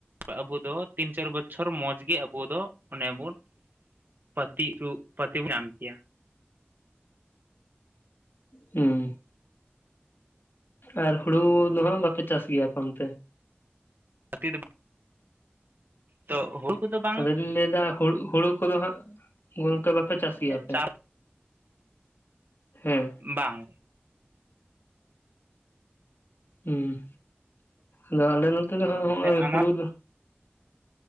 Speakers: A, on the right (about 55°); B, on the left (about 65°).
A: ᱟᱵᱩ ᱫᱚ ᱛᱤᱱ ᱪᱟᱹᱨ ᱵᱚᱪᱪᱷᱚᱨ ᱢᱚᱸᱡᱽ ᱜᱮ ᱟᱵᱩ ᱫᱚ ᱚᱱᱮ ᱵᱚᱱ ᱯᱟᱹᱛᱤ ᱪᱩᱜ ᱯᱟᱹᱛᱤ ᱵᱚᱱ ᱧᱟᱢ ᱠᱮᱭᱟ᱾
B: ᱦᱩᱸ, ᱟᱨ ᱦᱩᱲᱩ ᱫᱚ ᱦᱟᱸᱜ ᱵᱟᱯᱮ ᱪᱟᱥ ᱜᱮᱭᱟ ᱟᱯᱮ ᱚᱱᱛᱮ?
A: <unintelligible> ᱫᱚ ᱛᱚ ᱦᱩᱲᱩ ᱠᱚᱫᱚ ᱵᱟᱝ
B: ᱟᱫᱚ ᱞᱤᱧ ᱞᱟᱹᱭᱫᱟ ᱦᱩᱲᱩ ᱦᱩᱲᱩ ᱠᱚᱫᱚ ᱦᱟᱸᱜ ᱚᱝᱠᱟ ᱵᱟᱯᱮ ᱪᱟᱥ ᱜᱮᱭᱟ ᱟᱯᱮ,
A: ᱪᱟᱯ
B: ᱦᱮᱸ᱾
A: ᱵᱟᱝ᱾
B: ᱦᱩᱸ, ᱟᱫᱚ ᱟᱞᱮ ᱱᱚᱛᱮ ᱫᱚᱦᱚᱜ
A: ᱟᱱᱟᱴ
B: ᱦᱩᱲᱩ ᱫᱚ